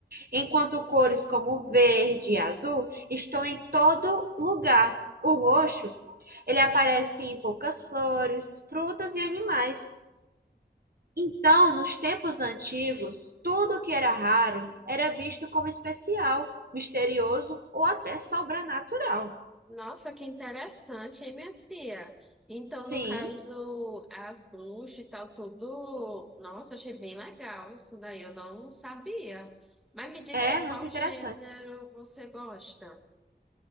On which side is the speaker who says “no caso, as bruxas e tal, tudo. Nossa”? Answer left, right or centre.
Centre